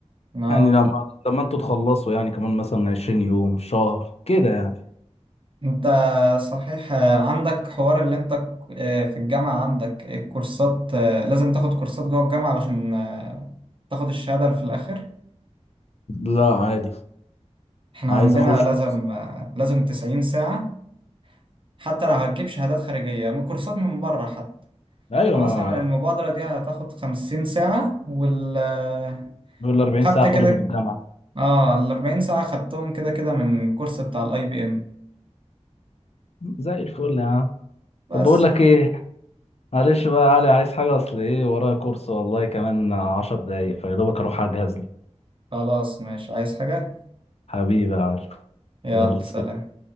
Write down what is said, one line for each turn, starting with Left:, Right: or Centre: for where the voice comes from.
Right: اه
Left: يعني لما لما انتوا تخلصوا يعني كمان مثلا 20 يوم شهر كده يعني
Right: انت صحيح عندك حوار اللي انت في الجامعة عندك الكورسات لازم تاخد كورسات جوه الجامعة علشان آه، تاخد الشهادة اللي في الآخر
Left: لا عادي
Right: احنا
Left: عايز
Right: عندنا
Left: اخش
Right: لازم
Left: كورس
Right: آه، لازم 90 ساعة حتى لو هتجيب شهادات خارجية من كورسات من بره حتى
Left: ايوه
Right: فمثلا
Left: ما
Right: المبادرة دي هتاخد 50 ساعة وال آه،
Left: دول 40
Right: خدت
Left: ساعه اخدهم
Right: كده
Left: من الجامعه
Right: اه ال 40 ساعة خدتهم كده كده من الكورس بتاع الاي بي ام
Left: زي الفل يا عم
Right: بس
Left: طب بقول لك ايه معلش بقى يا علي عايز حاجه اصل ايه ورايا كورس والله كمان 10 دقايق فيا دوبك اروح اجهز له
Right: خلاص ماشي عايز حاجة
Left: حبيبي يا علي
Right: يلا
Left: يلا
Right: سلام
Left: سلام.